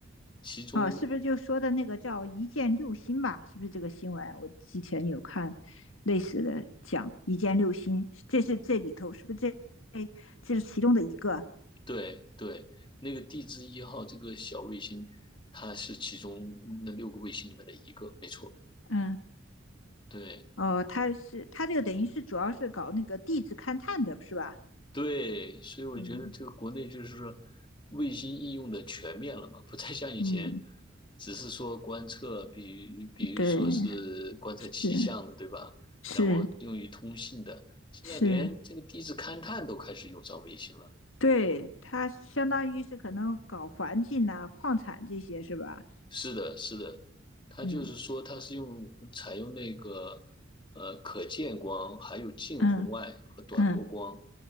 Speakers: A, on the left (about 25°); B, on the left (about 85°).
A: 其中
B: 哦，是不是就说的那个叫“一箭六星”吧？是不是这个新闻？我之前有看类似的讲“一箭六星”，这是这里头是不是这哎这是其中的一个？
A: 对对，那个地质一号这个小卫星，它是其中那六个卫星里面的一个，没错。
B: 嗯，
A: 对
B: 哦，他是他这个等于是主要是搞那个地质勘探的，是吧？
A: 对，所以我觉得这个国内就是说，
B: 嗯
A: 卫星应用的全面了嘛，不再像以前，
B: 嗯，
A: 只是说观测，比比如说是观测气象的，
B: 对，是
A: 对吧？
B: 是
A: 然后用于通信的，现在连这个地质勘探都开始用上卫星了。
B: 是，对，他相当于是可能搞环境呐、矿产这些是吧？
A: 是的，是的，它就是说，
B: 嗯
A: 它是用采用那个呃可见光，还有近红外和短波光
B: 嗯嗯，